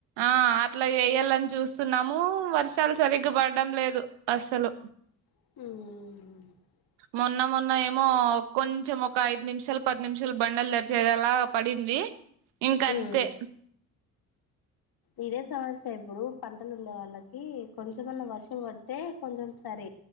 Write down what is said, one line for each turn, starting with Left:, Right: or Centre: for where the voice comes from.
Right: అ అట్లా ఎయ్యాలని చూస్తున్నాము వర్షాలు సరిగ్గా పడడం లేదు అసలు
Left: ఉము
Right: మొన్న మొన్న ఏమో కొంచెం ఒక ఐదు నిమిషాలు పది నిమిషాలు బండలు తడిచే లా అలాగ పడింది ది ఇంక అంతే
Left: ఉమ్ ఇదే సమస్య ఇప్పుడు పంటలు ఉండే వాళ్ళకి కొంచమన్నా వర్షం పడితే కొంచెం సర్